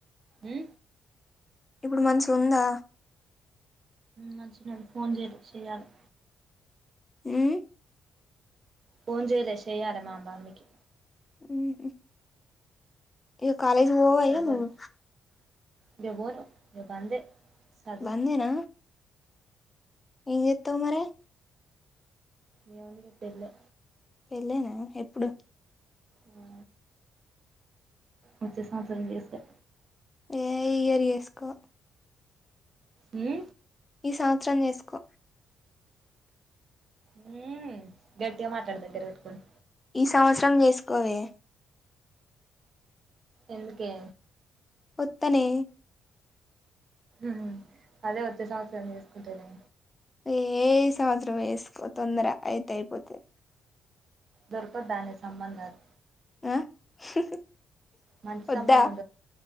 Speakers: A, on the right; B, on the left.
A: ఉ.
B: ఇప్పుడు మంచిగా ఉందా.
A: నంచినడి ఫోన్ చేయ చెయాలి.
B: ఉమ్
A: ఫోన్ చేయలే చేయాల మ భావనకి.
B: ఉహు ఇగ కాలేజ్ పోవా
A: సరే
B: ఇగ
A: సరే
B: నువ్వు
A: ఇగవోను ఇగ బందే. సదు.
B: బందేనా ఏం చేస్తావ్ మరి.
A: ఏమైంది రేపు పెళ్లి.
B: పెళ్ళనా ఎప్పుడు.
A: హా వచ్చే సంవత్సరం చేసుక..
B: ఏ ఇయర్ చేసుకో.
A: హు.
B: ఈ సంవత్సరం చేసుకో.
A: హు గట్టిగా మాట్లాడతారు దగర పెట్టుకొని.
B: ఈ సంవత్సరం చేసుకోవే.
A: ఎందుకే.
B: ఒత్తనే.
A: ఉమ్ అదే వచ్చే సంవత్సరం చేసుకుంటనే.
B: ఏ ఈ సంవత్సరం వేసుకో తొందర అయితే అయిపోతది.
A: దొరకద్ధానే సంబంధాలు,
B: ఆ ఉహు
A: మంచి
B: వద్ద
A: సంబంధం